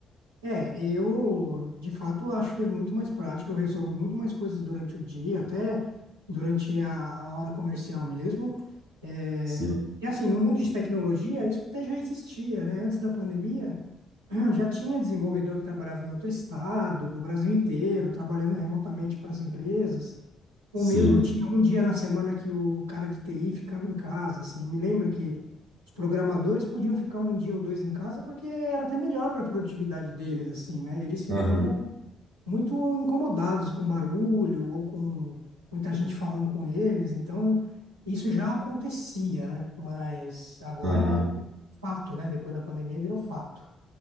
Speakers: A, on the right; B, on the right.
A: É, eu de fato acho que é muito mais prático, eu resolvo muito mais coisas durante o dia, até durante a, a hora comercial mesmo. É,
B: Sim,
A: e assim, no mundo de tecnologia, isso até já existia, né? Antes da pandemia, <clears throat> já tinha desenvolvedor que trabalhava em outro estado, do Brasil inteiro, trabalhando remotamente para as empresas. Ou
B: sim.
A: mesmo tinha um dia na semana que o cara de TI ficava em casa, assim. Me lembro que os programadores podiam ficar um dia ou dois em casa porque era até melhor para a produtividade deles, assim, né? Eles ficavam
B: Aham,
A: muito incomodados com barulho ou com muita gente falando com eles, então isso já acontecia, né? Mas agora
B: aham.
A: é fato, né? Depois da pandemia virou fato.